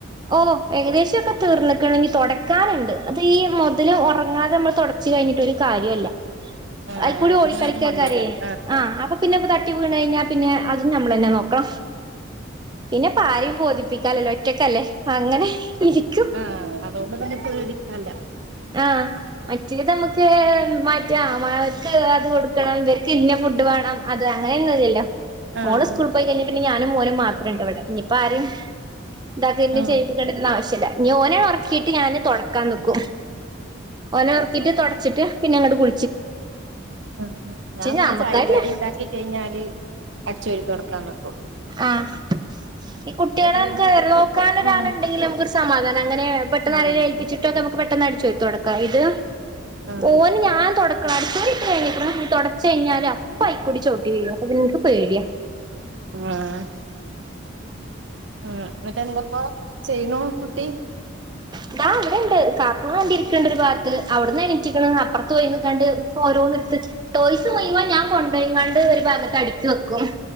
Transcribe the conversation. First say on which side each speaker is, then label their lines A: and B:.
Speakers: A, on the right; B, on the right.
A: ഓ ഏകദേശ ഓക്കെ തീർന്ന്ക്ക്ണ് ഞ്ഞി തുടക്കാനുണ്ട്. ത് ഈ മുതല് ഉറങ്ങാതെ നമ്മള് തുടച്ച് കഴിഞ്ഞിട്ടൊരു കാര്യല്ല.
B: ആഹ്
A: അയിക്കൂടി
B: ആയിക്കോട്ടെ
A: ഓടിക്കളിക്കക്കാരേ
B: നിങ്ങൾക്ക് മണ്ടോക്കാരൽ
A: ആഹ് അപ്പൊ പിന്നെ തട്ടി വീണ് കഴിഞ്ഞാ പിന്നെ അ അതും ഞമ്മളന്നെ ക്കളോ പിന്നെ ഇപ്പ രേം ബോധിപ്പിക്കാല്ലല്ലോ ഒറ്റക്കല്ലേ? അങ്ങനെ ഇരിക്കും
B: ആഹ് അതൊണ്ട് തന്നെ പേടികാന്ല്ലാ
A: ആഹ് മറ്റേത് നമുക്ക് മാറ്റ മാക്ക് അത് കൊടുക്കണം ഇവര് ഇന്ന ഫുഡ് വേണം അത് അങ്ങനെ ഒന്നുല്ലല്ലോ
B: ആഹ്
A: മോള് സ്കൂൾ പോയി കഴിഞ്ഞ പിന്നെ ഞാ നും മോനും മാത്രം ഉണ്ട് ഇവിടെ ഞ് ഇപ്പ ആരും ഇതാക്കെ
B: ആഹ്
A: ചെയ്കണ്ടിരുന്ന ആവശ്യമില്ല ഓനെ ഉറക്കി ട്ട് ഞാന് തൊടക്കാൻ നിക്കും ഓനെ ഒർക്കീട്ട് തൊ ടച്ചിട്ട് പിന്നങ്ങട്ട് കു
B: ഉം ഞാം
A: നമ്മുക്കായിട്ടില്ല
B: പിന്നെ ചായിം കടി ണ്ടാക്കി കഴിഞ്ഞാല് അടിച്ചോരി തൊട ക്കാണ്.
A: ആഹ് ഈ കുട്ട്യേളമ്മക്ക്
B: എന്നിട്ട് പിന്നെ
A: നോക്കാനൊരാള്ണ്ടെങ്കില്
B: ഉം
A: നമുക്കൊരു സമാധാ അങ്ങനെ പെട്ടെന്ന്
B: ആഹ്
A: ആരേലും ഏൽപ്പിച്ചിട്ടൊക്കെ അമക്ക് പെട്ടെന്ന് അടി ച്ച് തൊടക്ക ഇത്
B: ആഹ്
A: ഓന് ഞാ തൊട <unintelligible> വേവിക്കിന്‌ തുടച്ച കഴിഞ്ഞാല് അപ്പ ആയിക്കൂടി ചോട്ടി ചെയ്യും അപ്പൊ പിക്ക് പേടിയ
B: ആഹ് അ എന്നിറ്റ എന്തൊക്ക ചെയ്യണോ കുട്ടി
A: ഇതാ വ്ടെണ്ട് കാർട്ടൂൺ കണ്ടിരിക്കണ്ട ഒരു ഭാഗത്ത് അവിടുന്ന് എണീച്ചിക്കണ അപ്പുറത്ത് പോയി കാണ്ട് ഓരോന്നിടത്ത് ടോയ്സ് മുയുമ്പോ ഞാൻ കൊണ്ടപാണ്ട് ഒരു ഭാഗത്ത് അടിക്കി വെക്കും